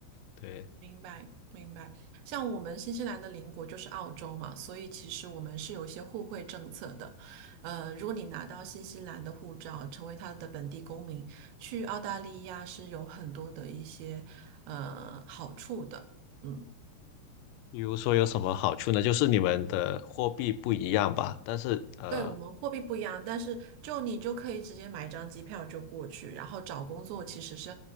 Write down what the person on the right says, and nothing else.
明白，明白。像我们新西兰的邻国就是澳洲嘛，所以其实我们是有一些互惠政策的。呃，如果你拿到新西兰的护照，成为他的本地公民，去澳大利亚是有很多的一些呃好处的。嗯，
对，我们货币不一样，但是就你就可以直接买一张机票就过去，然后找工作其实是